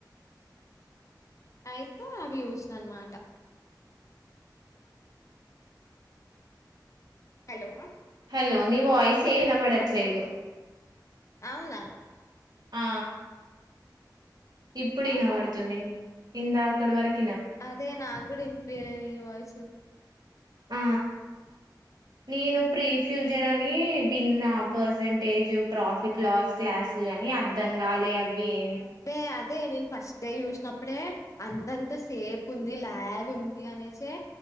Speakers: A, on the left (about 45°); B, on the right (about 65°).
A: అయితే అవి చూసిన అన్నమాట హలో
B: లో నీ వాయిస్ ఏం వినబడట్లేదు
A: అవునా
B: ఆ ఇప్పుడు
A: నాకు
B: ఇనపడుతుంది ఇందాకటి వరకి
A: అదే నాగుడ ఇన్పియలే నీ వాయిసు
B: ఆ! నేను ప్రీఫ్యూజన్ అని విన్న పర్సంటేజ్ ప్రాఫిట్ లాస్ క్లాస్ కాని అర్థం కాలే అవి ఏం
A: అదే అదే నేను ఫస్ట్ టె చూసినప్పుడే అంతంత సేపు ఉంది లాగ్ ఉంది అనేషే